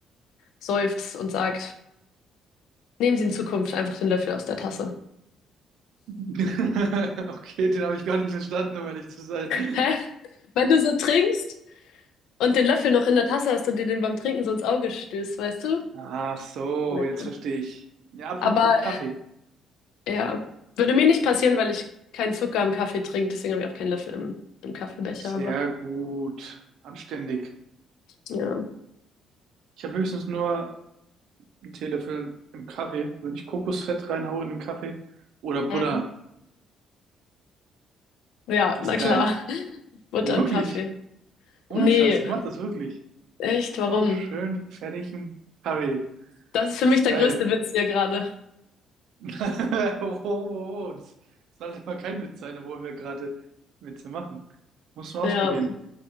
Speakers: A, on the left; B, on the right.
A: seufzt und sagt. Nehmen Sie in Zukunft einfach den Löffel aus der Tasse.
B: <laughs> Okay, den habe ich gar nicht verstanden, um ehrlich zu sein. <laughs>
A: Hä? Wenn du so trinkst und den Löffel noch in der Tasse hast und dir den beim Trinken so ins Auge stößt, weißt du?
B: Ach so,
A: Ja.
B: jetzt verstehe ich. Ja, apropos
A: Aber
B: Kaffee.
A: äh, ja, würde mir nicht passieren, weil ich keinen Zucker im Kaffee trinke, deswegen habe ich auch keinen Löffel im, im Kaffeebecher,
B: Sehr
A: aber
B: gut. Anständig.
A: ja.
B: Ich habe höchstens nur einen Teelöffel im Kaffee. Wenn ich Kokosfett reinhaue in den Kaffee oder Butter,
A: Mhm. Ja,
B: das
A: na
B: ist geil.
A: klar. <laughs> Butter
B: Ja,
A: und
B: wirklich.
A: Kaffee.
B: Ohne
A: Nee,
B: Scheiß, ich mache das wirklich.
A: echt, warum?
B: Auch schön fertigen Kaffee.
A: Das ist für mich
B: ist
A: der
B: geil.
A: größte Witz hier gerade.
B: <laughs> Oh, oh, oh, das sollte mal kein Witz sein, obwohl wir gerade Witze machen. Muss man
A: Ja.
B: ausprobieren.